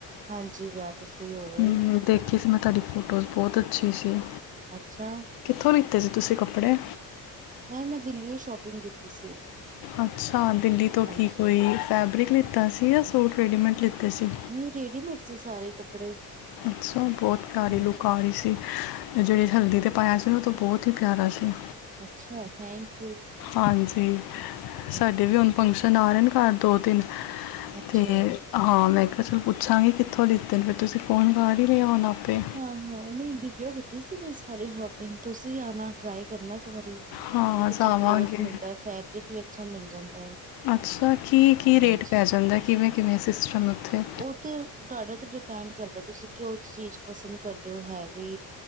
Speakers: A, on the right; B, on the left.
A: ਹਾਂਜੀ ਵਿਆਹ ਤੋਂ ਫ੍ਰਰੀ ਹੋ ਗਏ
B: ਹੂੰ ਦੇਖੀ ਸੀ ਮੈਂ ਤੁਹਾਡੀ ਫੋਟੋਜ਼ ਬਹੁਤ ਅੱਛੀ ਸੀ।
A: ਅੱਛਾ।
B: ਕਿੱਥੋਂ ਲਿੱਤੇ ਸੀ ਤੁਸੀਂ ਕੱਪੜੇ
A: ਇਹ ਮੈਂ ਦਿੱਲੀ ਓ ਸ਼ੋਪਿੰਗ ਕੀਤੀ ਸੀ।
B: ਅੱਛਾ ਦਿੱਲੀ ਤੋਂ
A: ਹਾਂਜੀ
B: ਕੀ ਕੋਈ ਫੈਬਰਿਕ ਲਿੱਤਾ ਸੀ ਜਾਂ ਸੂਟ ਰੈਡੀਮੇਡ ਲਿੱਤੇ ਸੀ।
A: ਨਹੀਂ ਰੇਡੀਮੇਡ ਸੀ ਸਾਰੇ ਕੱਪੜੇ
B: ਅੱਛਾ ਬਹੁਤ ਪਿਆਰੀ
A: ਹਾਂਜੀ।
B: ਲੁੱਕ ਆ ਰਹੀ ਸੀ। ਜਿਹੜੇ ਹਲਦੀ 'ਤੇ ਪਾਇਆ ਸੀ ਉਹ ਤਾਂ ਬਹੁਤ ਹੀ ਪਿਆਰਾ ਸੀ।
A: ਅੱਛਾ ਥੈਂਕ ਯੂ।
B: ਹਾਂਜੀ
A: ਹੂੰ,
B: ਸਾਡੇ ਵੀ ਹੁਣ ਫੰਕਸ਼ਨ ਆ ਰਹੇ ਨੇ ਘਰ ਦੋ -ਤਿੰਨ
A: ਅੱਛਾ
B: ਤੇ ਹਾਂ ਮੈਂ ਕਿਹਾ ਚਲ ਪੁੱਛਾਂਗੀ ਕਿੱਥੋਂ ਲਿੱਤੇ ਨੇ ਫਿਰ ਤੁਸੀਂ ਫ਼ੋਨ ਕਰ ਹੀ ਲਿਆ ਹੁਣ ਆਪੇ
A: ਹਾਂ -ਹਾਂ ਨਹੀਂ ਦਿੱਲੀਓ ਕੀਤੀ ਸੀ ਮੈਂ ਸਾਰੀ ਸ਼ੋਪਿੰਗ ਤੁਸੀਂ ਵੀ ਆਉਣਾ ਟਰਾਈ ਕਰਨਾ ਇੱਕ ਵਾਰੀ
B: ਹਾਂ
A: ਬਹੁਤ ਅੱਛਾ
B: ਜਾਵਾਂਗੇ
A: ਕਲੋਥ ਮਿਲਦਾ ਹੈ ਫੈਬਰਿਕ ਵੀ ਅੱਛਾ ਮਿਲ ਜਾਂਦਾ ਹੈ।
B: ਅੱਛਾ ਕੀ -ਕੀ
A: ਹਾਂਜੀ
B: ਰੇਟ ਪੈ ਜਾਂਦਾ ਕਿਵੇਂ- ਕਿਵੇਂ ਸਿਸਟਮ ਉੱਥੇ
A: ਉਹ ਤੇ ਤੁਹਾਡੇ ਉੱਤੇ ਡਿਪੈਂਡ ਕਰਦਾ ਤੁਸੀਂ ਕਿਹੋ ਜਿਹੀ ਚੀਜ਼ ਪਸੰਦ ਕਰਦੇ ਹੋ ਹੈਵੀ